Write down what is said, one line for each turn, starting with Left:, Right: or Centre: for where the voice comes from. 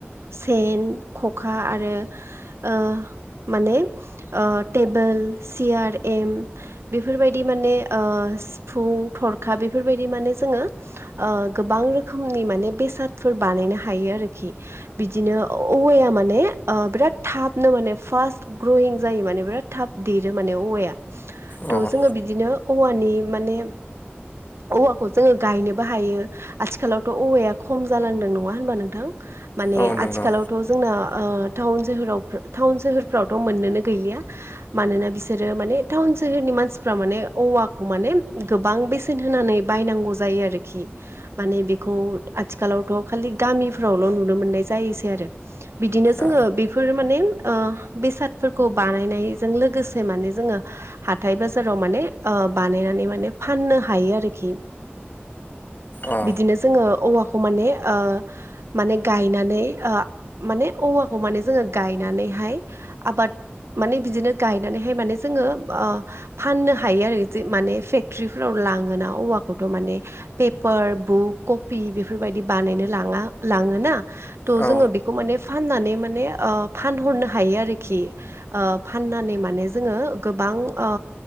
Right: सेन खखा आरो ओ माने ओ टेबोल सियार एम बेफोरबायदि माने ओ सिफुं, थरखा बेफोरबायदि माने जोङो ओ गोबां रोखोमनि माने बेसादफोर बानायनो हायो आरोख बिदिनो औवाया माने ओ बिराद थाबनो माने फास ग्रयिं जायो माने बिराद थाब देरो मा ने अवाया
Left: औ
Right: थ
Left: अ
Right: बिदिनो अवानि माने अवा खौ जोङो गायनोबो हायो आथिखालावथ' औवाया खम जालांदों नङा होनबा नोंथां? माने
Left: औ नंगौ
Right: आथिखालावथ' जोंना ओ थाउन सोहोरफोर थाउन सोहोरफ्राव मोननोनो गैलिया मानोना बिसोरो माने थाउन सोहोरनि मानसिफ्रा माने औवाखौ माने गोबां बेसेन होनानै। बायनांगौ जायो आरोखि माने बेखौ आथिखालावथ' खालि गामिफ्रावल' नुनो मोननाय जायोसै आरो बिदिनो जोङो
Left: औ
Right: बेफोर माने ओ बेसादफोरखौ बानायनायजों लोगोसे माने जोङो हाथाइ बाजाराव माने ओ बानायनानै माने फाननो हायो आरोखि
Left: अ औ
Right: बिदिनो जोङो औवाखौ माने ओ माने गायनानै ओ माने औवाखौ माने जोङो गायनानैहाय आबाद माने बिदिनो गायनानैहाय माने जोङो ओ फाननो हायो आरो जों माने फेक्टर्रिफोराव लाङोना औवा खौथ' माने पेपार बुक कपि बेफोरबायदि बानायनो लाङा लाङोना। थ
Left: औ
Right: जोङो बेखौ माने फाननानै मा ने ओ फानहरनो हायो आरोखि ओ फाननानै माने जोङो गोबां ओ